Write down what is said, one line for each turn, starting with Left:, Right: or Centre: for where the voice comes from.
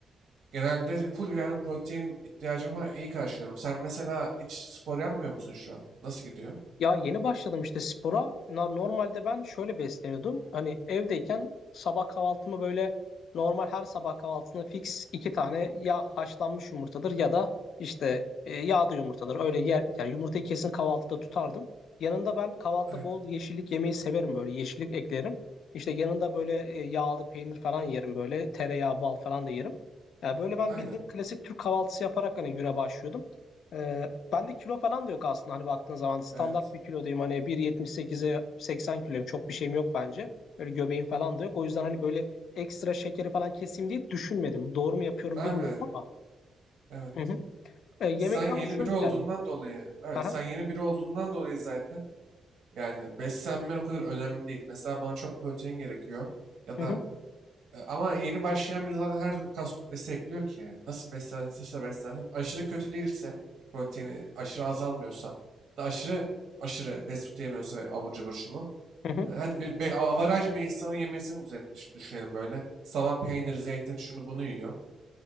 Right: Genelde full yani protein ihtiyacımı falan iyi karşılıyorum. Sen mesela hiç spor yapmıyor musun şu an? Nasıl gidiyor?
Left: Ya yeni başladım işte spora. Na- Normalde ben şöyle besleniyordum. Hani evdeyken sabah kahvaltımı böyle normal her sabah kahvaltısında fix iki tane ya haşlanmış yumurtadır ya da işte e, yağda yumurtadır. Öyle yer yani yumurtayı kesin kahvaltıda tutardım. Yanında ben kahvaltıda
Right: Aynen.
Left: bol yeşillik yemeyi severim böyle yeşillik eklerim. İşte yanında böyle e, yağlı peynir falan yerim böyle tereyağı bal falan da yerim. Yani böyle ben
Right: Aynen.
Left: bildiğin klasik Türk kahvaltısı yaparak hani güne başlıyordum. Ee, Bende kilo falan da yok aslında hani baktığın zaman standart
Right: Evet.
Left: bir kilodayım hani 1.78'e 80 kiloyum çok bir şeyim yok bence. Böyle göbeğim falan da yok. O yüzden hani böyle ekstra şekeri falan keseyim diye düşünmedim. Doğru mu yapıyorum
Right: Abi.
Left: bilmiyorum ama.
Right: Evet.
Left: Hı hı. E, yemekte
Right: Sen yeni
Left: ama şöyle
Right: biri olduğundan
Left: ilerliyor.
Right: dolayı, evet
Left: Aha.
Right: sen yeni biri olduğundan dolayı zaten yani beslenmen o kadar önemli değil. Mesela bana çok protein gerekiyor ya
Left: Hı
Right: da
Left: hı.
Right: e, ama yeni başlayan biri zaten her türlü kas kütlesi ekliyor ki yani. Nasıl beslenirse beslensin aşırı kötü değilse proteini aşırı azalmıyorsa da aşırı aşırı fast food yemiyorsa ve abur cubur şu bu.
Left: Hı hı.
Right: E, Hadi bir be, avaraj bir insanın yemesini düzen- düş- düşünelim böyle. Sabah peynir, zeytin şunu bunu yiyor.